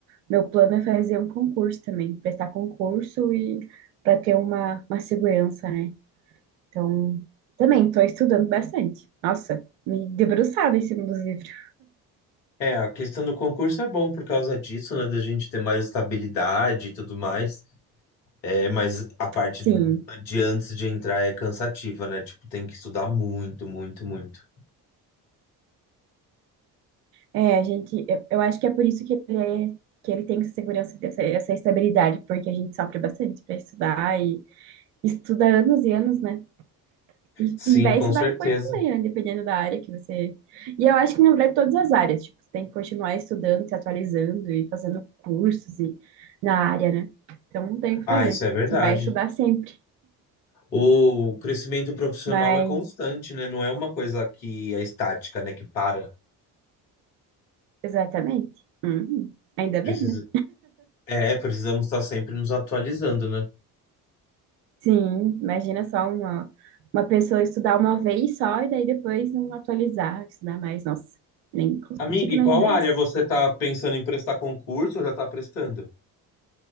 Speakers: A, on the right; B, on the left.
A: meu plano é fazer um concurso também, prestar concurso e para ter uma, uma segurança, né? Então, também estou estudando bastante. Nossa, me debruçada em cima dos livros.
B: É, a questão do concurso é bom por causa disso, né? Da gente ter mais estabilidade e tudo mais. É, mas a parte
A: Sim,
B: de antes de entrar é cansativa, né? Tipo, tem que estudar muito, muito, muito.
A: é, a gente, eu, eu acho que é por isso que ele é, que ele tem essa segurança, essa, essa estabilidade, porque a gente sofre bastante para estudar e estuda anos e anos, né? E,
B: Sim,
A: e vai
B: com
A: estudar
B: certeza.
A: depois também, né? Dependendo da área que você. E eu acho que, na verdade, todas as áreas, tipo, você tem que continuar estudando, se atualizando e fazendo cursos e, na área, né? Então, não tem o que
B: Ah,
A: fazer.
B: isso é verdade.
A: Você vai estudar sempre.
B: O crescimento profissional
A: Mas
B: é constante, né? Não é uma coisa que é estática, né? Que para.
A: Exatamente. Uhum. Ainda
B: Precisa...
A: bem, né?
B: É, precisamos estar sempre nos atualizando, né?
A: Sim, imagina só uma, uma pessoa estudar uma vez só e daí depois não atualizar, estudar mais. Nossa, nem consigo
B: Amiga, e
A: imaginar
B: qual área
A: isso.
B: você tá pensando em prestar concurso ou já tá prestando?